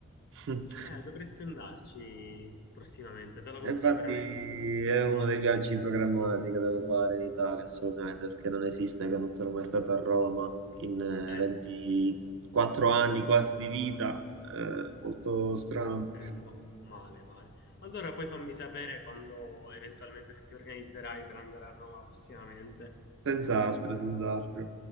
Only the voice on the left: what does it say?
Eh, dovresti andarci prossimamente, te lo
consiglio
veramente.
Eh
sì.
<laughs>
Eh no, male, male. Allora poi fammi sapere quando eventualmente se ti organizzerai per andare a Roma prossimamente.